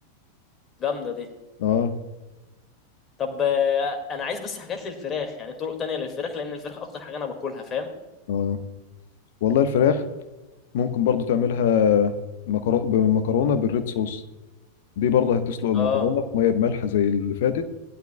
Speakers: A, on the left; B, on the left.
A: جامدة دي
B: اه
A: طب آه، انا عايز بس حاجات للفراخ يعني طرق تانية للفراخ لان الفراخ اكتر حاجة انا باكلها فاهم؟
B: اه والله الفراخ ممكن برضو تعملها مكرو... بمكرونه بالريد صوص دي برضه هتسلق المكرونه
A: اه
B: في ميه بملح زي اللي فاتت